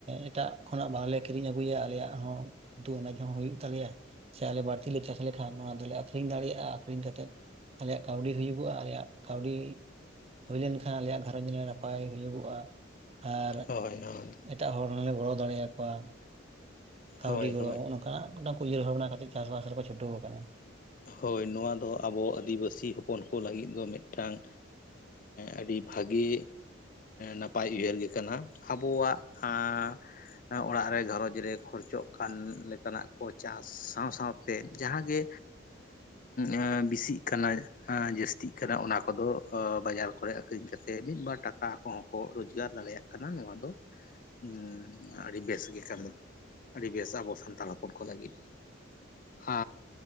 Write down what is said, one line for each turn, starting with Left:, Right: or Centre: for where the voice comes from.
Right: ᱮᱴᱟᱜ ᱠᱷᱚᱱᱟᱜ ᱵᱟᱝᱞᱮ ᱠᱤᱨᱤᱧ ᱟᱹᱜᱩᱭᱟ ᱟᱞᱮᱭᱟᱜ ᱦᱚᱸ ᱩᱛᱩ ᱟᱱᱟᱡ ᱦᱩᱭᱩᱜ ᱛᱟᱞᱮᱭᱟ ᱥᱮ ᱟᱞᱮ ᱵᱟᱹᱲᱛᱤ ᱞᱮ ᱪᱟᱥ ᱞᱮᱠᱷᱟᱱ ᱱᱚᱣᱟ ᱫᱚᱞᱮ ᱟᱠᱷᱨᱤᱧ ᱫᱟᱲᱮᱭᱟᱜᱼᱟ ᱟᱠᱷᱨᱤᱧ ᱠᱟᱛᱮᱫ ᱟᱞᱮᱭᱟᱜ ᱠᱟᱹᱣᱰᱤ ᱦᱩᱭᱩᱜᱚᱜᱼᱟ ᱟᱞᱮᱭᱟᱜ ᱠᱟᱹᱣᱰᱤ ᱦᱳᱭ ᱞᱮᱱᱠᱷᱟᱱ ᱟᱞᱮᱭᱟᱜ ᱜᱷᱟᱨᱚᱸᱧᱡᱽ ᱨᱮ ᱱᱟᱯᱟᱭ ᱦᱳᱭᱳᱜᱚᱜᱼᱟ᱾ ᱟᱨ
Left: ᱦᱳᱭ ᱦᱳᱭ
Right: ᱮᱴᱟᱜ ᱦᱚᱲ ᱦᱚᱸᱞᱮ ᱜᱚᱲᱚ ᱫᱟᱲᱮᱭᱟᱠᱚᱣᱟ᱾
Left: ᱦᱳᱭ
Right: ᱠᱟᱹᱣᱰᱤ
Left: ᱦᱳᱭ
Right: ᱜᱚᱲᱚ ᱦᱚᱜᱼᱱᱟᱜ ᱢᱤᱫ ᱩᱟᱹᱨᱦᱚᱨ ᱠᱟᱛᱮᱫ ᱪᱟᱥᱵᱟᱥ ᱨᱮᱠᱚ ᱪᱷᱩᱴᱟᱹᱣ ᱟᱠᱟᱱᱟ᱾
Left: ᱦᱳᱭ ᱱᱚᱣᱟ ᱫᱚ ᱟᱵᱚ ᱟᱹᱫᱤᱵᱟᱹᱥᱤ ᱦᱚᱯᱚᱱ ᱠᱚ ᱞᱟᱹᱜᱤᱫ ᱫᱚ ᱢᱤᱫᱴᱟᱝ ᱟᱹᱰᱤ ᱵᱷᱟᱹᱜᱮ ᱱᱟᱯᱟᱭ ᱩᱭᱦᱟᱹᱨ ᱜᱮ ᱠᱟᱱᱟ ᱟᱵᱚᱣᱟᱜ ᱟᱨ ᱚᱲᱟᱜ ᱨᱮ ᱜᱷᱟᱸᱨᱚᱧᱡᱽ ᱨᱮ ᱠᱷᱚᱨᱚᱪᱚᱜ ᱠᱟᱱ ᱞᱮᱠᱟᱱᱟᱜ ᱠᱚ ᱪᱟᱥ ᱥᱟᱶ ᱥᱟᱶᱟᱛᱮ ᱡᱟᱦᱟᱸᱜᱮ ᱮ ᱵᱮᱥᱤᱜ ᱠᱟᱱᱟ᱾ ᱡᱟᱹᱥᱛᱤᱜ ᱠᱟᱱᱟ ᱚᱱᱟ ᱠᱚᱫᱚ ᱵᱟᱡᱟᱨ ᱠᱚᱨᱮ ᱟᱹᱠᱷᱨᱤᱧ ᱠᱟᱛᱮᱫ ᱢᱤᱫᱵᱟᱨ ᱴᱟᱠᱟ᱾ ᱠᱚᱦᱚᱸ ᱠᱚ ᱨᱚᱡᱽᱜᱟᱨ ᱫᱟᱲᱮᱭᱟᱜ ᱠᱟᱱᱟ ᱱᱚᱣᱟ ᱫᱚ᱾ ᱦᱩᱸ ᱟᱹᱰᱤ ᱵᱮᱥ ᱜᱮ ᱠᱟᱱᱟ ᱟᱹᱰᱤ ᱵᱮᱥ ᱟᱵᱚ ᱥᱟᱱᱛᱟᱲ ᱦᱚᱯᱚᱱ ᱠᱚ ᱞᱟᱹᱜᱤᱫ᱾ ᱟ